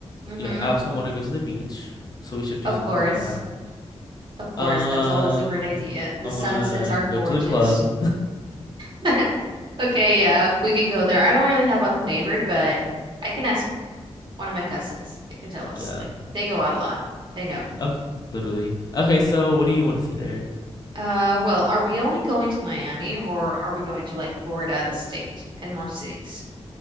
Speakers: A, on the right; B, on the left.
A: Mm-hmm.
B: Yeah, I also want to go to the beach, so we should do
A: Of
B: something
A: course.
B: like that.
A: Of course,
B: Um,
A: that's always a great idea. The
B: I want
A: sunsets
B: to
A: are gorgeous.
B: go to the club.
A: <laughs> Okay, yeah, we can go there. I don't really have a favorite, but I can ask one of my cousins. They can tell us.
B: Yeah.
A: Like they go out a lot. They know.
B: Okay, literally. Okay, so what do you want to see there?
A: Uh, well, are we only going to Miami or are we going to like Florida, the state, and more cities?